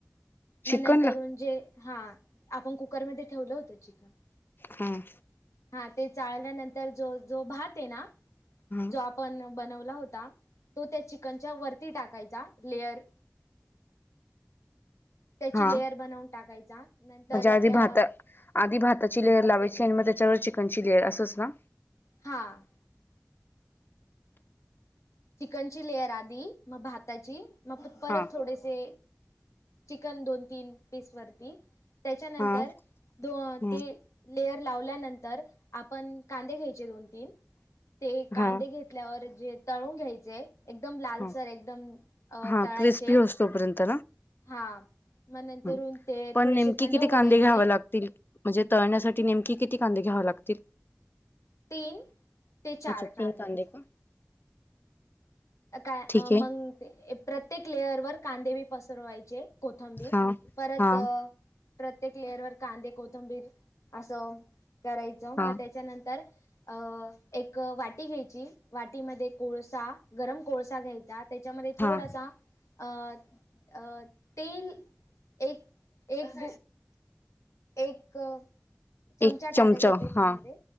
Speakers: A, on the left; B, on the left.
A: मग
B: चिकनला
A: नंतरून जे हा आपण कुकरमध्ये ठेवलं होतं चिकन
B: हम,
A: हा ते चाळल्यानंतर जो जो भात हे ना
B: हा
A: जो आपण बनवला होता तो त्या चिकनच्या वरती टाकायचा लेयर त्याची
B: हा
A: लेयर बनवून टाकायचा नंतर
B: म्हणजे
A: अ
B: आधी भाता आधी भाताची लेअर लावायची आणि मग त्याच्यावर चिकनची लेअर असंच ना?
A: हां. चिकन ची लेयर आधी मग भाताची मग परत
B: हा
A: थोडेसे चिकन दोन तीन पीस वरती त्याच्यानंतर
B: हा
A: दो
B: हा
A: ते लेयर लावल्यानंतर आपण कांदे घ्यायचे दोन तीन ते कांदे
B: हा
A: घेत घेतल्यावर जे तळून घ्यायचे एकदम लालसर
B: हा
A: एकदम अ
B: हा
A: तळायचे
B: क्रिस्पी होस तोपर्यंत
A: हा. मग नंतरून
B: ना
A: ते
B: पण
A: थोडेसे
B: नेमकी
A: थंड
B: किती
A: होऊ
B: कांदे
A: द्यायचे.
B: घ्यावे लागतील म्हणजे तळण्यासाठी नेमकी किती कांदे घ्यावा लागतील?
A: तीन ते चार
B: अच्छा
A: कांदे,
B: तीन का?
A: काय
B: ठीक आहे
A: मग ते प्रत्येक लेअर वर कांदे ब पसरवायचे कोथंबीर
B: हा
A: परत
B: हा
A: प्रत्येक लेअर वर कांदे कोथंबीर असं करायचं
B: हा
A: मग त्याच्यानंतर अ एक वाटी घ्यायची वाटीमध्ये कोळसा गरम कोळसा घ्यायची त्याच्यामध्ये थोडासा
B: हा
A: अ अ ते <unintelligible> एक एक एक चमचा
B: एक
A: टाकायचा त्याच्यामध्ये
B: हा